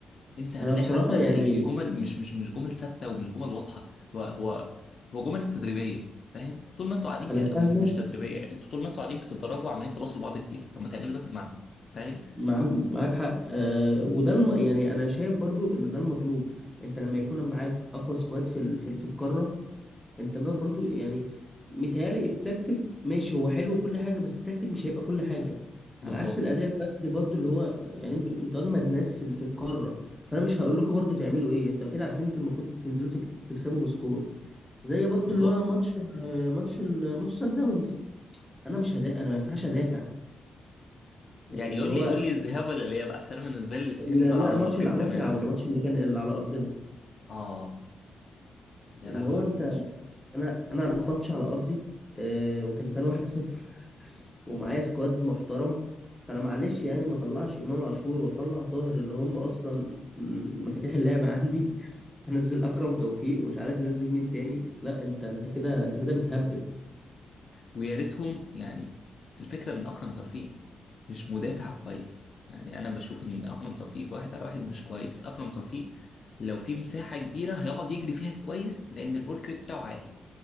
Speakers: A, on the left; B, in the centre.
A: انت هتلاقي
B: انا بصراحه
A: حتى ال-
B: يعني
A: ال- الجمل مش مش مش جمل ثابته ومش جمل واضحه هو هو هو جمل تدريبيه فاهم طول ما انتوا قاعدين
B: انا
A: كده
B: فاهمك
A: او مش مش تدريبيه انتوا طول ما انتوا قاعدين بتتدربوا وعمالين تباصوا لبعض كتير طب ما تعملوا ده في الملعب فاهم
B: معاك معاك حق أه وده الم... يعني انا شايف برضو ان ده المطلوب انت لما يكون معاك اقوى سكواد في ال... في, ال- في القاره انت بر- برضو يعني متهيألي التكتيك ماشي هو حلو وكل حاجة بس التكتيك مش هيبقى كل حاجة
A: بالظبط
B: على عكس الأداء الفردي برضو اللي هو يعني انتوا انتوا أجمد ناس في ال- في القارة فأنا مش هقول لكم برضو تعملوا إيه انتوا أكيد عارفين انتوا المفروض تنزلوا تكت- تكسبوا بسكور زي برضو
A: بالظبط
B: اللي هو ماتش ال- ماتش ال- ماتش سان داونز أنا مش هدا أنا ما ينفعش أدافع
A: يعني
B: يعني اللي
A: قول
B: هو
A: لي قول لي الذهاب ولا الاياب عشان انا بالنسبه لي الاثنين
B: ال-
A: دول على
B: لا
A: النقيض
B: ماتش الع-
A: تماما
B: ماتش العودة ماتش اللي كان اللي على أرضنا
A: اه يا
B: اللي
A: لهوي
B: هو
A: على
B: انت
A: الماتش
B: انا انا الماتش على ارضي آه، وكسبان 1-0 <laughs> ومعايا سكواد محترم فانا معلش يعني ما طلعش امام عاشور واطلع طاهر اللي هم اصلا م- مفاتيح اللعب عندي <laughs> وانزل اكرم توفيق ومش عارف نزل مين تاني لا انت انت كده انت كده بتهبل
A: ويا ريتهم يعني الفكره ان اكرم توفيق مش مدافع كويس يعني انا بشوف ان اكرم توفيق في واحد على واحد مش كويس اكرم توفيق لو في مساحه كبيره هيقعد يجري فيها كويس لان الورك ريت بتاعه عالي